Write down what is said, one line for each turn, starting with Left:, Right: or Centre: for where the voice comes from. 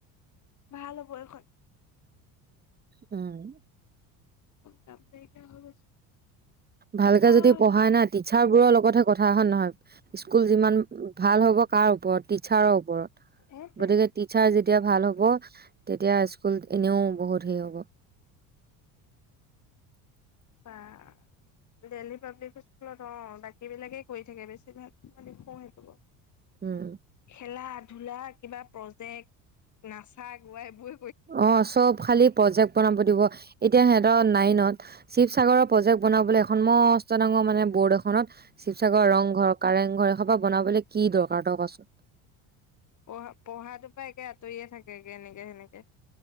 Left: ভাল হ'ব এইখন।
Right: উম।
Left: কাম নাইকিয়া হৈ গৈছে।
Right: ভালকে
Left: অহ
Right: যদি পঢ়ায় না, টিচাৰবোৰৰ লগতহে কথা হয় নে নহয়। স্কুল যিমান ভাল হ'ব কাৰ ও ওপৰত টিচাৰৰ ওপৰত,
Left: সেইটোৱে
Right: গতিকে টিচাৰ যেতিয়া ভাল হ'ব। তেতিয়া স্কুল এনেও বহুত যি হব <unintelligible>
Left: বাহ্, দিল্লী পাব্লিক স্কুলত অ', বাকী বিলাকেই কৰি থাকে, বেছিভাগ <unintelligible> সহায় কৰিব।
Right: উম
Left: খেলাত ধূলা, কিবা প্ৰজেক্ট, নাচা-গোৱা এইবোৰ
Right: অ', চব খালি প্ৰজেক্ট বনাব দিব। এতিয়া সিহঁতৰ নাইনত শিৱসাগৰৰ প্ৰজেক্ট বনাবলৈ, এখন মষ্ট ডাঙৰ মানে, বৰ্ড এখনত অহ শিৱসাগৰৰ ৰংঘৰ, কাৰেংঘৰে হ সোপা বনাবলৈ কি দৰকাৰ তই কচোন
Left: পঢ়া-পঢ়াটো পৰা একে আঁতৰিয়ে থাকে। গতিকে এনেকে-সেনেকে